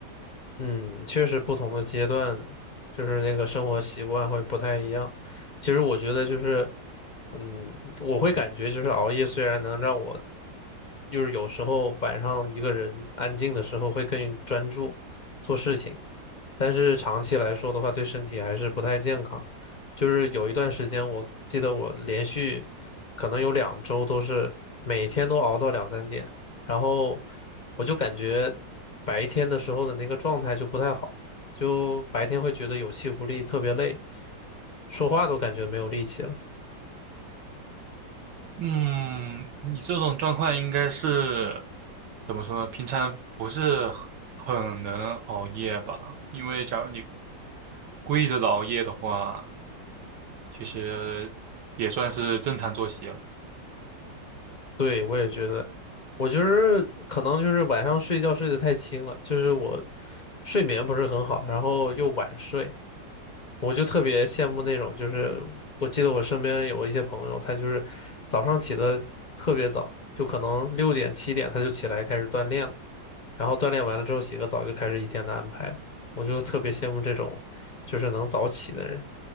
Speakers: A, on the left; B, on the right.
A: 嗯，确实不同的阶段，就是那个生活习惯会不太一样。其实我觉得就是，嗯，我会感觉就是熬夜虽然能让我，就是有时候晚上一个人安静的时候会更专注做事情，但是长期来说的话，对身体还是不太健康。就是有一段时间，我记得我连续可能有两周都是每天都熬到两三点。然后我就感觉白天的时候的那个状态就不太好，就白天会觉得有气无力，特别累，说话都感觉没有力气了。
B: 嗯，你这种状况应该是怎么说呢？平常不是很能熬夜吧？因为假如你跪着的熬夜的话，其实也算是正常作息了。
A: 对，我也觉得，我就是可能就是晚上睡觉睡得太轻了，就是我睡眠不是很好，然后又晚睡，我就特别羡慕那种，就是我记得我身边有一些朋友，他就是早上起得特别早，就可能六点七点他就起来开始锻炼了。然后锻炼完了之后洗个澡就开始一天的安排。我就特别羡慕这种就是能早起的人。